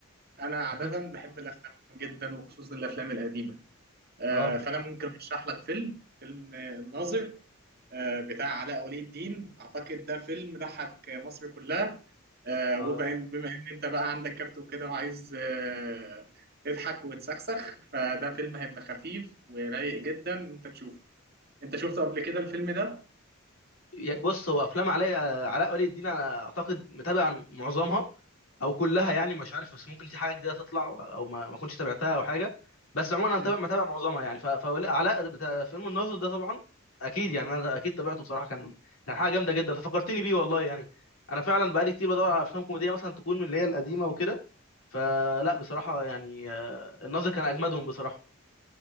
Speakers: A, on the right (about 50°); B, on the left (about 80°).
A: انا عاده
B: حلو
A: بحب الافلام جدا وخصوصا الافلام القديمه آه،
B: اه
A: فانا ممكن ارشح لك فيلم فيلم آه، الناظر آه، بتاع علاء ولي الدين اعتقد ده فيلم ضحك مصر كلها آه،
B: اه
A: وبما إن- بما ان انت بقى عندك كبت وكده وعايز آه، تضحك وتسخسخ فده فيلم هيبقى خفيف ورايق جدا انت تشوفه انت شفته قبل كده الفيلم ده
B: يا- بص هو افلام علاء علاء ولي الدين انا اعتقد متابع معظمها او كلها يعني مش عارف بس ممكن في حاجه جديده تطلع او ما ما كنتش تابعتها او حاجه بس عموما انا
A: مم.
B: متابع متابع معظمها يعني ف- فعلاء بتاع فيلم الناظر ده طبعا اكيد يعني انا اكيد تابعته بصراحه كان كان حاجه جامده جدا أنت فكرتني بيه والله يعني انا فعلا بقالي كتير بدور على افلام كوميديه مثلا تكون من اللي هي القديمه وكده فلا بصراحه يعني آه، الناظر كان اجمدهم بصراحه